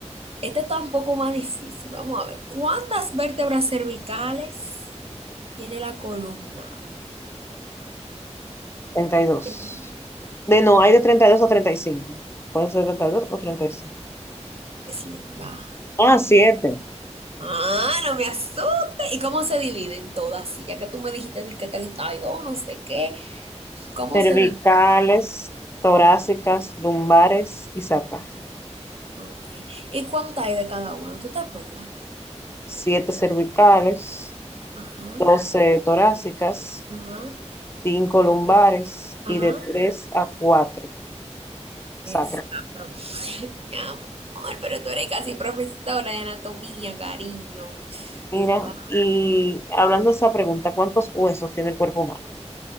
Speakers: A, on the right; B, on the left.
A: este está un poco más difícil. Vamos a ver. ¿Cuántas vértebras cervicales? tiene la columna.
B: treinta y dos
A: Cervicales,
B: De no, hay de treinta y dos a treinta y cinco Pueden ser treinta y dos o treinta y cinco
A: linda.
B: Ah, siete
A: Ah, no me asustes. ¿Y cómo se dividen todas? Sí, ya que tú me dijiste de que 32 no sé qué. ¿Cómo
B: Cervicales,
A: se dividen?
B: torácicas, lumbares y saca.
A: Ok. ¿Y cuánto hay de cada uno? ¿Tú te acuerdas?
B: siete cervicales,
A: Ajá,
B: 12 torácicas,
A: ajá,
B: cinco lumbares y
A: ajá.
B: de tres a cuatro sacras.
A: Es, ah, pero- <laughs> mi amor, pero tú eres casi profesora de anatomía, cariño.
B: Mira,
A: Wow,
B: y hablando de esa pregunta, ¿cuántos huesos tiene el cuerpo humano?